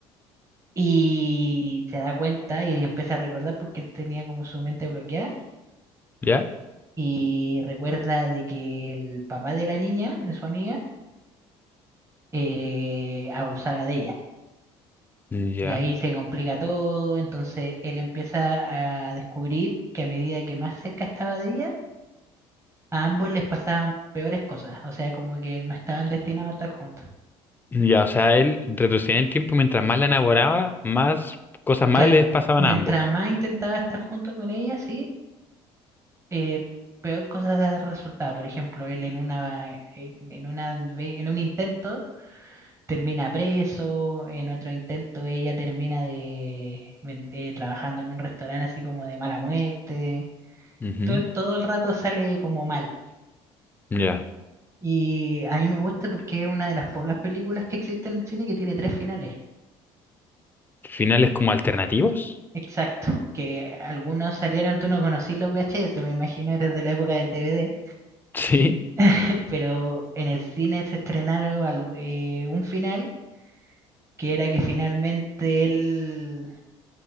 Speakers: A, on the right (about 25°); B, on the left (about 15°).
A: y se da cuenta y él empieza a recordar porque él tenía como su mente bloqueada,
B: ya,
A: y recuerda de que el papá de la niña, de su amiga, eh, abusaba de ella.
B: ya.
A: Y ahí se complica todo, entonces él empieza a descubrir que a medida que más cerca estaba de ella, a ambos les pasaban peores cosas, o sea, como que no estaban destinados a estar juntos.
B: Ya, o sea, él retrocedía en el tiempo mientras más la enamoraba, más cosas malas
A: Claro,
B: les pasaban
A: mientras
B: a ambos.
A: más intentaba estar junto con ella, sí, eh, peor cosas resultaba. Por ejemplo, él en una, eh, en, en una, ve- en un intento termina preso, en otro intento ella termina de, ven- eh, trabajando en un restaurante así como de mala muerte.
B: Ujú.
A: To- todo el rato sale como mal.
B: Ya.
A: Y a mí me gusta porque es una de las pocas películas que existen en el cine que tiene tres finales.
B: Finales como alternativos. <laughs>
A: Exacto, que algunos salieron, tú no conocí los VHS, me imagino, eres de la época del DVD.
B: Sí,
A: <laughs> pero en el cine se estrenaron al- eh, un final que era que finalmente él